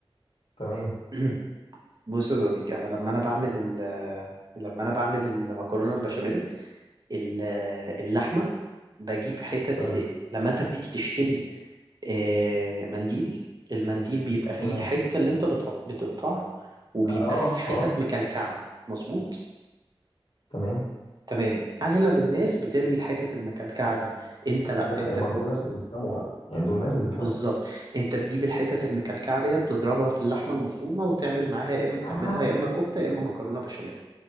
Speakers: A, on the left; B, on the right.
A: تمام
B: <clears throat> بص يا صديقي انا لما انا بعمل ال لما انا بعمل المكرونة البشاميل ال- اللحمة بجيب حتت
A: حلو
B: لما انت بتيجي تشتري آه، منديل المنديل بيبقى فيه
A: تمام
B: الحتة اللي انت بتقط- بتقطعها وبيبقى
A: اه
B: فيه حتت
A: اه
B: مكلكعة مظبوط
A: تمام
B: تمام اغلب الناس بترمي الحتت المكلكعة دي انت لا
A: لا
B: انت
A: ما دول ناس مش بيفهموا بقى يعني دول ناس مش بيفهموا
B: بالظبط انت تجيب الحتت المكلكعة ديت تضربها في اللحمة المفرومة وتعمل معاها يا اما تعملها
A: آه.
B: يا اما كفتة يا اما مكرونة بشاميل